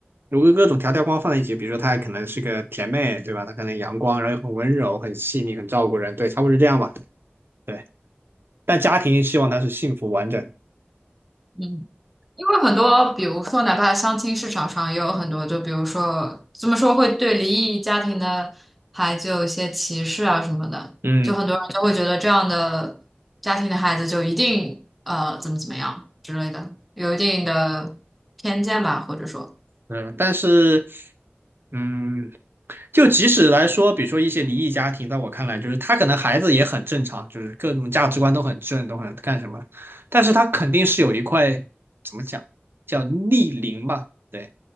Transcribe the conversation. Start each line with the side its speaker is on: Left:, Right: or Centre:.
Right: 如果各种条条框放在一起，比如说她可能是个甜妹，对吧？她可能阳光，然后又很温柔、很细腻、很照顾人，对，差不多是这样吧。对，但家庭希望她是幸福完整。
Centre: 嗯。因为很多，比如说，哪怕相亲市场上也有很多，就比如说，怎么说会对离异家庭的孩子有一些歧视啊什么的，
Right: 嗯，
Centre: 就很多人就会觉得这样的家庭的孩子就一定呃怎么怎么样之类的，有一定的偏见吧，或者说，
Right: 嗯，但是，嗯，就即使来说，比如说一些离异家庭，在我看来，就是他可能孩子也很正常，就是各种价值观都很正，都很干什么，但是他肯定是有一块怎么讲，叫逆鳞吧？对，